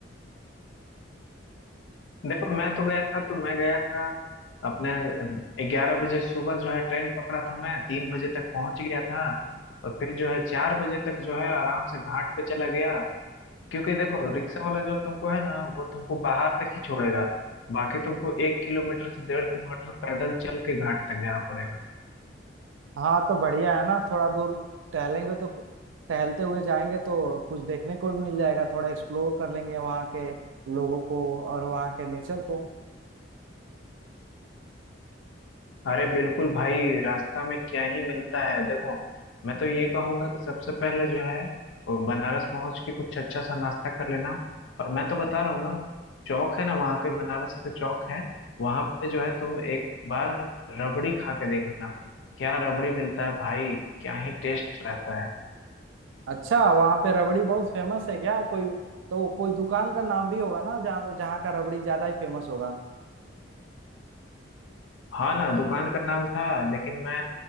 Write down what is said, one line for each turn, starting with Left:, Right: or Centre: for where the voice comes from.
Left: देखो मैं तो गया था तो मैं गया था अपने ग्यारह बजे सुबह जो है ट्रेन पकड़ा था मैं तीन बजे तक पहुंच गया था और फिर जो है चार बजे तक जो है आराम से घाट पे चला गया क्योंकि देखो रिक्शा वाला जो तुमको है ना वो तुमको बाहर तक ही छोड़ेगा बाकी तुमको एक किलोमीटर से डेढ़ किलोमीटर पैदल चल के घाट तक जाना पड़ेगा
Right: हाँ तो बढ़िया है ना थोड़ा दूर टहलेंगे तो टहलते हुए जाएंगे तो कुछ देखने को भी मिल जाएगा थोड़ा एक्सप्लोर कर लेंगे वहाँ के लोगों को और वहाँ के नेचर को
Left: अरे बिल्कुल भाई रास्ता में क्या ही मिलता है देखो मैं तो ये कहूंगा कि सबसे पहले जो है वो बनारस पहुंच के कुछ अच्छा सा नाश्ता कर लेना और मैं तो बता रहा हूँ ना चौक है ना वहाँ के बनारस के चौक है वहां पे जो है तुम एक बार रबड़ी खा के देखना क्या रबड़ी मिलता है भाई क्या ही टेस्ट रहता है
Right: अच्छा वहाँ पे रबड़ी बहुत फेमस है क्या कोई तो कोई दुकान का नाम भी होगा ना जहाँ जहाँ का रबड़ी ज्यादा ही फेमस होगा
Left: हाँ ना दुकान का नाम था लेकिन मैं